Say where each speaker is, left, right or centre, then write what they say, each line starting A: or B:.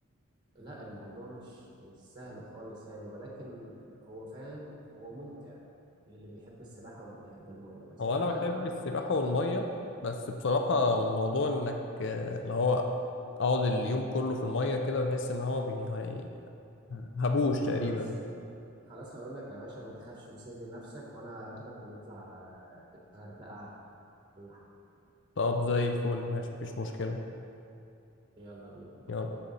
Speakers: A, on the right; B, on the left.
A: لا الموضوع مش مش سهل خالص يعني ولكن هو فاهم هو ممتع للي بيحب السباحة واللي بيحب المية بس
B: هو انا
A: فأنا
B: بحب السباحه والميه بس بصراحه موضوع انك آه، اللي هو اقعد اليوم كله في الميه كده بحس ان هو بي هي- هبوش
A: خلاص
B: تقريبا
A: خلاص هقول لك يا باشا ما تخافش وسيب لي نفسك وانا هاخدك ونطلع على الغردقة ولا حاجة.
B: طب زي الفل ماشي مفيش مشكله
A: يلا بينا
B: يلا